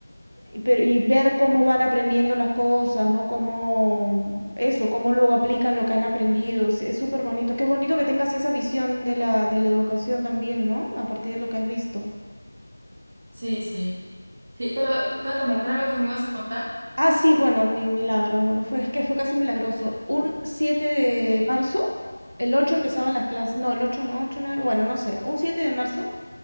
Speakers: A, on the right (about 75°); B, on the right (about 20°).
A: y pero- y ver cómo van aprendiendo las cosas, ¿no? Cómo eso, cómo luego aplican lo que han aprendido. Sí, Es súper bonito. Qué bonito que tengas esa visión de la, de la educación también, ¿no? A partir de lo que has visto.
B: sí, sí. sí, pero cuéntame, ¿qué era lo que me ibas a contar?
A: Ah, sí, bueno, mi milagro. Bueno, fue, es que fue casi milagroso. Un siete de
B: Sí.
A: marzo, el 8 empezaban las clases. No, el 8 no, 8 9, bueno, no sé. Un 7 de marzo,